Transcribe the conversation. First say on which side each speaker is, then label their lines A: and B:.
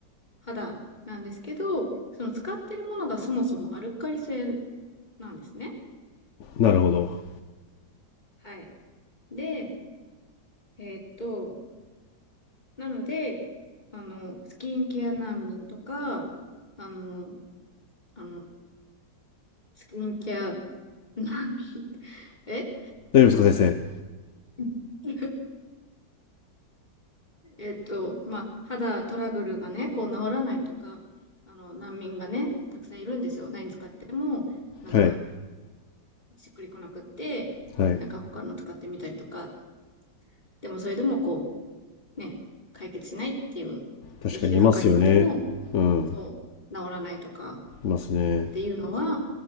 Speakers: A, on the left; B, on the left.
A: 肌なんですけど、その使ってるものがそもそもアルカリ性なんですね。
B: なるほど。
A: はい。で、えーっと、なので、あの、スキンケア難民とか、あの、あの、スキンケア難民、<laughs> え
B: 大丈夫ですか、先
A: <laughs> えっと、まあ、肌トラブルがね、こう治らないとか、あの、難民がね、たくさんいるんですよ。何使っても、なんか、
B: 生。はい。
A: しっくりこなくって、
B: はい。
A: なんか他の使ってみたりとか、でもそれでもこう、ね、解決しないっていう、
B: 確かにいますよね。
A: で、皮膚科に行っても、
B: うん。
A: そう、治らないとかっ
B: いますね。
A: ていうのは、